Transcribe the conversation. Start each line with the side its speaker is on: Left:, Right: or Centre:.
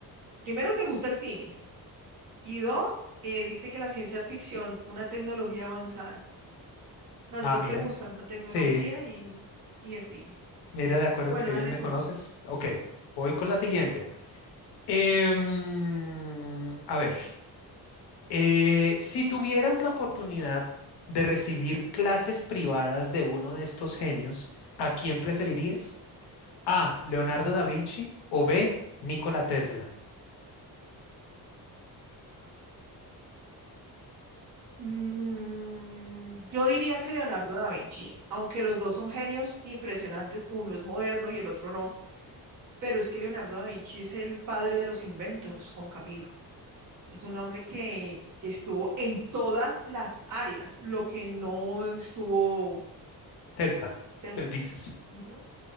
Right: primero te gusta el cine y dos, eh, dice que la ciencia ficción, una tecnología avanzada. Las
Left: Ah,
Right: dos
Left: mira,
Right: te gustan, la tecnología
Left: sí,
Right: y, y el cine.
Left: mira, de acuerdo,
Right: Bueno,
Left: qué bien
Right: dale
Left: me
Right: tú.
Left: conoces. Ok, voy con la siguiente. Em, a ver, eh, si tuvieras la oportunidad de recibir clases privadas de uno de estos genios, ¿a quién preferirías? A, Leonardo da Vinci o B, Nikola Tesla.
Right: Mm, yo diría que Leonardo da Vinci, aunque los dos son genios impresionantes, uno es moderno y el otro no, pero es que Leonardo da Vinci es el padre de los inventos, Juan Camilo. Es un hombre que estuvo en todas las áreas, lo que no estuvo
Left: Tesla,
Right: Tesla.
Left: eh, dices.
Right: Ujú,